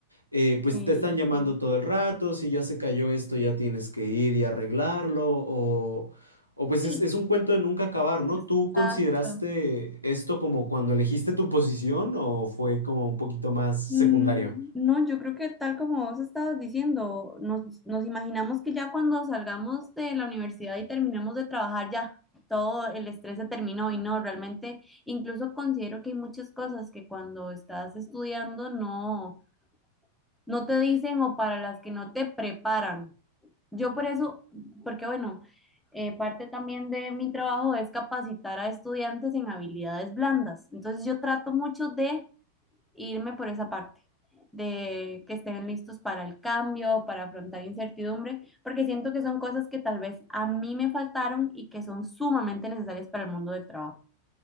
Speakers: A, on the right; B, in the centre.
A: eh, pues
B: sí,
A: te están llamando
B: sí.
A: todo el rato, si ya se cayó esto ya tienes que ir y arreglarlo, o, o pues
B: Sí,
A: es, es un cuento de nunca acabar, ¿no?
B: Exacto.
A: ¿Tú consideraste esto como cuando elegiste tu posición o fue como un poquito más secundario?
B: Mm, No, yo creo que tal como vos estabas diciendo, nos, nos imaginamos que ya cuando salgamos de la universidad y terminemos de trabajar, ya todo el estrés se terminó y no, realmente incluso considero que hay muchas cosas que cuando estás estudiando no, no te dicen o para las que no te preparan. Yo por eso, porque bueno, eh, parte también de mi trabajo es capacitar a estudiantes en habilidades blandas. Entonces yo trato mucho de irme por esa parte de que estén listos para el cambio, para afrontar incertidumbre, porque siento que son cosas que tal vez a mí me faltaron y que son sumamente necesarias para el mundo del trabajo.